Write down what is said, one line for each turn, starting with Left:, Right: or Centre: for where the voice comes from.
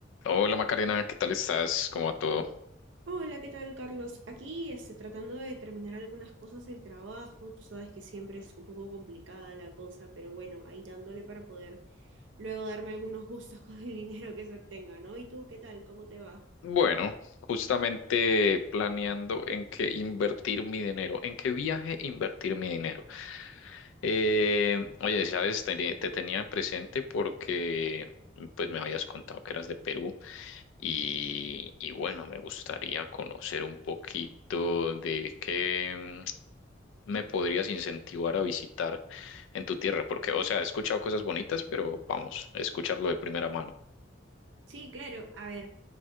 Left: Hola Macarena, ¿qué tal estás? ¿Cómo va todo?
Right: Hola, ¿qué tal, Carlos? Aquí este, tratando de terminar algunas cosas del trabajo. Tú sabes que siempre es un poco complicada la cosa, pero bueno, ahí dándole para poder luego darme algunos gustos <laughs> con el dinero que se obtenga, ¿no? ¿Y tú qué tal? ¿Cómo te va?
Left: Bueno, justamente planeando en qué invertir mi dinero, en qué viaje invertir mi dinero. Eh, oye, sabes, Teni- te, tenía presente porque pues me habías contado que eras de Perú y, y bueno, me gustaría conocer un poquito de qué mm, me podrías incentivar a visitar en tu tierra, porque, o sea, he escuchado cosas bonitas, pero vamos, escucharlo de primera mano.
Right: Sí, claro. A ver,